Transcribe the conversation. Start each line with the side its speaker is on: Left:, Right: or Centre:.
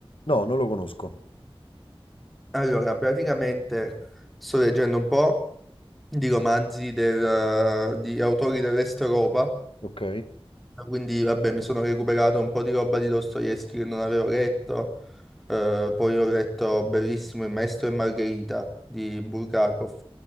Left: No, non lo conosco.
Centre: Allora, praticamente sto leggendo un po'. di romanzi del- eh, di autori dell'Est Europa.
Left: Ok,
Centre: Quindi, vabbè, mi sono recuperato un po' di roba di Dostoevsky che non avevo letto. Eh, poi ho letto bellissimo Il Maestro e Margherita di Bulgakov